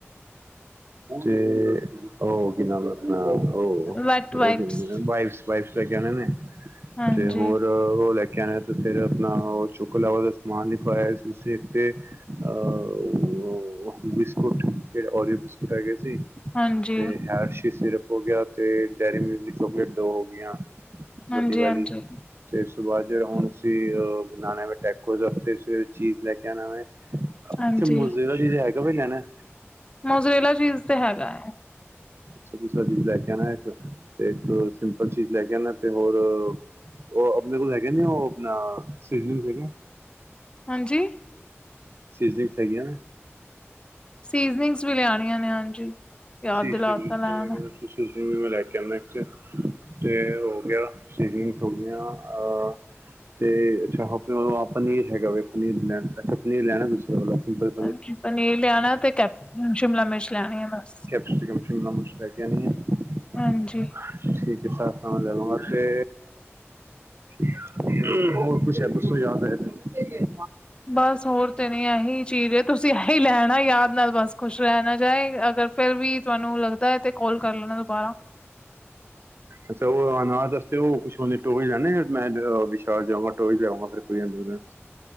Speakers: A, on the right; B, on the left.
A: ਤੇ ਓ ਕੀ ਨਾਮ ਏ ਅ ਓ,
B: ਵੈਟ
A: ਓ
B: ਵਾਈਪਸ
A: ਕਿ ਹੁੰਦੈ ਵਾਈਪਸ, ਵਾਇਪਸ ਲੈ ਕੇ ਆਣੇ ਨੇ।
B: ਹਾਂਜੀ।
A: ਤੇ ਹੋਰ ਓ ਲੈ ਕੇ ਆਣੇ ਨੇ ਤੇ ਫੇਰ ਅਪਣਾ ਓ ਚੋ ਚੋਕੋ ਲਾਵਾ ਦਾ ਸਮਾਨ ਲਿਖਵਾਇਆ ਸੀ ਤੁਸੀ ਏਕ ਤੇ ਅ ਓ ਬਿਸਕੁਟ ਕੇੜੇ, ਓਰੀਓ ਬਿਸਕੁਟ ਹੈਗੇ ਸੀ
B: ਹਾਂਜੀ,
A: ਤੇ ਹੈਰਸ਼ੀ ਸਿਰਪ ਹੋ ਗਿਆ, ਤੇ ਡੇਅਰੀ ਮਿਲਕ ਦੀ ਚੋਕਲੇਟ ਦੋ ਹੋ ਗੀਆਂ-
B: ਹਾਂਜੀ,
A: ਵੱਡੀ ਵਾਲੀ,
B: ਹਾਂਜੀ,
A: ਤੇ ਉਸ ਤੋਂ ਬਾਅਦ ਜੇ ਹੁਣ ਅਸੀਂ ਅ ਬਣਾਣਾ ਵੇ <unintelligible> ਅਸਤੇ ਸਵੇਰੇ ਚੀਜ਼ ਲੈ ਕੇ ਆਣਾ ਵੇ। ਓ
B: ਹਾਂਜੀ
A: ਅਛਾ ਮੋਜ਼ਰੇਲਾ ਚੀਜ਼ ਹੈਗਾ ਵੇ ਲਿਆਨੈ?
B: ਮੋਜਰੇਲਾ ਚੀਜ਼ ਤੇ ਹੈਗਾ ਏ
A: ਅੱਛਾ ਦੂਸਰਾ ਚੀਜ਼ ਲੈ ਕੇ ਆਣਾ ਏਕ, ਤੇ ਏਕ ਸਿੰਪਲ ਚੀਜ਼ ਲੈ ਕੇ ਆਨੈ ਤੇ ਹੋਰ ਓ ਅਪਨੇ ਕੋਲ ਹੈਗੇ ਨੇ ਓ ਅਪਨਾ, ਸੀਜ਼ਨਿੰਗਸ ਹੈਗੇ ਨੇ?
B: ਹਾਂਜੀ!
A: ਸੀਜ਼ਨਿੰਗਸ ਹੈਗੀਆਂ ਨੇ?
B: ਸੀਜ਼ਨਿੰਗਸ ਵੀ ਲਿਆਣੀਆਂ ਨੇ ਹਾਂਜੀ, ਯਾਦ
A: ਸੀਜ਼ਨਿੰਗ
B: ਦਿਲਾ ਤਾਂ ਲੈ
A: ਮੈਂ
B: ਆਣਾ।
A: ਕਹਿੰਦਾ ਸੀਜ਼ਨਿੰਗ ਨੂੰ ਮੈਂ ਲੈ ਕੇ ਆਨਾ ਏਕ ਤੇ। ਤੇ ਹੋ ਗਿਆ ਸੀਜ਼ਨਿੰਗਸ ਹੋਗੀਆਂ ਅ ਤੇ ਅੱਛਾ ਹਾਂ ਫੇਰ ਓ ਪਨੀਰ ਹੈਗਾ ਵੇ, ਪਨੀਰ ਲੈ। ਅੱਛਾ ਪਨੀਰ ਲੈਣਾ ਵੇ ਦੂਸਰੇ ਅਲਾ ਸਿੰਪਲ।
B: ਹਾਂਜੀ ਪਨੀਰ ਲਿਆਣਾ ਏ ਤੇ ਕੈਪ - ਸ਼ਿਮਲਾ ਮਿਰਚ ਲਿਆਣੀ ਏ ਬਸ।
A: ਸ਼ੀਮਾ ਮਿਰਚ, ਸ਼ਿਮਲਾ ਮਿਰਚ ਲੇ ਕੇ ਆਨੀ ਏ।
B: ਹਾਂਜੀ।
A: ਅੱਛਾ ਠੀਕ ਏ, ਸਾਰਾ ਸਮਾਨ ਲੈ ਆਂਗਾ ਤੇ ਹੂੰ, ਹੋਰ ਕੁਛ ਹੈ ਤੇ ਦੱਸੋ ਯਾਦ ਹੈ ਤੇ?
B: ਬਸ ਹੋਰ ਤੇ ਨੀ ਐਹੀ ਚੀਜ਼ ਏ, ਤੁਸੀਂ ਐਈ ਲੈ ਆਣਾ ਯਾਦ ਨਾਲ ਬਸ ਕੁਸ਼ ਰੈ ਨਾ ਜਾਏ। ਅਗਰ ਫੇਰ ਵੀ ਤੁਆਨੂੰ ਲੱਗਦਾ ਏ ਤੇ ਕੌਲ ਕਰ ਲੈਣਾ ਦੁਬਾਰਾ।
A: ਅੱਛਾ, ਓ ਅਨਾਹਤ ਅਸਤੇ ਓ ਕੁਛ ਓਨੇ ਟੋਏ ਲੈਨੇ ਐ? ਮੈ ਐਦਰ ਵਿਸ਼ਾਲ ਜਾਵਾਂ ਟੋਇਜ ਲਿਆਵਾਂ, ਫਿਰ ਕੋਈ <unintelligible>